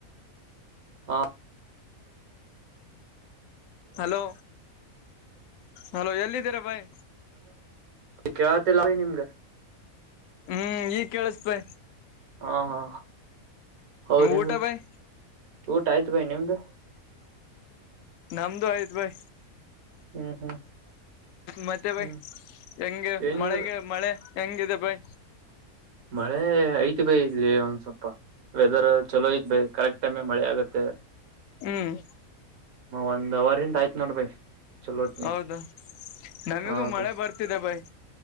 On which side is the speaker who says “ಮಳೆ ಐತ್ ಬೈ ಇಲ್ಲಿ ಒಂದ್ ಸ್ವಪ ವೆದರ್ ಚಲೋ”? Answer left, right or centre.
Right